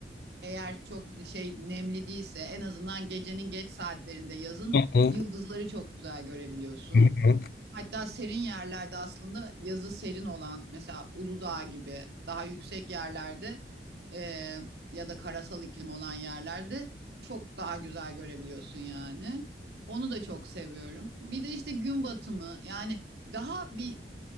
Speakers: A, on the right (about 65°); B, on the left (about 60°).
A: eğer çok şey nemli değilse en azından gecenin geç saatlerinde yazın
B: Hı hı,
A: yıldızları çok güzel görebiliyorsun.
B: hı hı.
A: Hatta serin yerlerde aslında yazı serin olan mesela Uludağ gibi daha yüksek yerlerde e, ya da karasal iklim olan yerlerde çok daha güzel görebiliyorsun yani. Onu da çok seviyorum. Bir de işte gün batımı yani daha bir